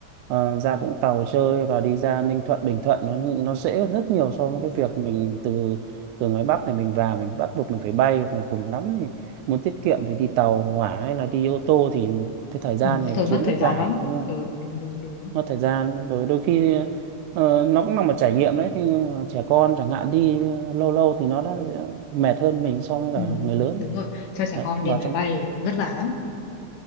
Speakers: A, on the right (about 80°); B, on the left (about 85°).
A: ờ, ra Vũng Tàu chơi và đi ra Ninh Thuận Bình Thuận nó nó dễ hơn rất nhiều so với cái việc mình từ từ ngoài Bắc này mình vào mình bắt buộc mình phải bay hoặc là cùng lắm thì muốn tiết kiệm thì đi tàu hỏa hay là đi ô tô thì cái thời gian
B: ừ
A: này
B: thôi
A: nó chiếm
B: mất thời
A: rất
B: gian
A: dài
B: lắm
A: đúng không
B: ừ đúng đúng đúng
A: mất thời gian rồi đôi khi ờ, nó cũng là một trải nghiệm đấy thì trẻ con chẳng hạn đi ờ, lâu lâu thì nó đã ờ, mệt hơn mình so với cả
B: ừ
A: người lớn
B: đúng rồi cho trẻ
A: đấy
B: con đi
A: vào
B: máy
A: trong
B: bay vất vả lắm